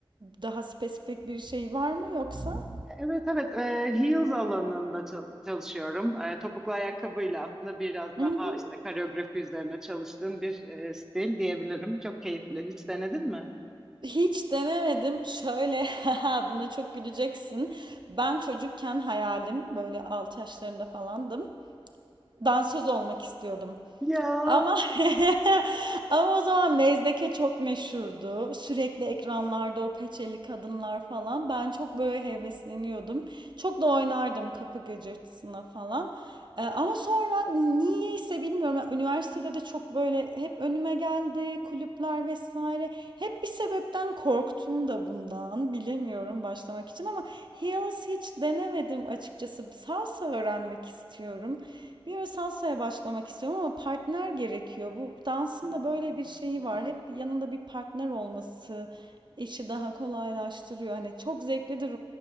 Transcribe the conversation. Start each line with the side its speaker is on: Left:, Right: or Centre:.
Right: daha spesifik bir şey var mı yoksa?
Centre: Evet evet e, heels alanında çal- çalışıyorum. E, topuklu ayakkabıyla aslında biraz
Right: Hmm,
Centre: daha işte koreografi üzerine çalıştığım bir e, stil diyebilirim. Çok keyifli. Hiç denedin mi?
Right: Hiç denemedim. Şöyle <laughs> haha, buna çok güleceksin. Ben çocukken hayalim böyle 6 yaşlarında falandım. Dansöz olmak istiyordum.
Centre: Ya,
Right: Ama <laughs> ama o zaman Mezdeke çok meşhurdu. Sürekli ekranlarda o peçeli kadınlar falan. Ben çok böyle hevesleniyordum. Çok da oynardım kapı gıcırtısına falan. Ee, ama sonra niyeyse bilmiyorum. yani Üniversitede de çok böyle hep önüme geldi kulüpler vesaire. Hep bir sebepten korktum da bundan. Bilemiyorum başlamak için ama Heels hiç denemedim açıkçası. Salsa öğrenmek istiyorum. Bir ara salsaya başlamak istiyorum ama partner gerekiyor. Bu dansın
Centre: Evet.
Right: da böyle bir şeyi var. Hep yanında bir partner olması işi daha kolaylaştırıyor. Hani çok zevklidir